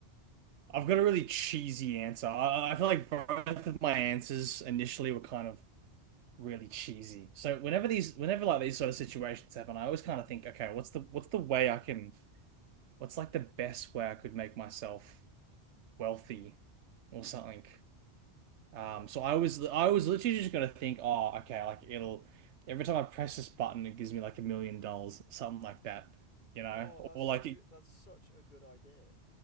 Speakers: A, on the right; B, on the left.
A: I've got a really cheesy answer. I, I feel like both of my answers initially were kind of really cheesy. So whenever these whenever like these sort of situations happen, I always kind of think, okay, what's the what's the way I can what's like the best way I could make myself wealthy or something. Um,
B: Yeah.
A: so I was I was literally just gonna think, oh, okay, like it'll every time I press this button, it gives me like a million dollars, something like that, you know,
B: Oh, that's
A: or
B: such
A: like it
B: a that's such a good idea.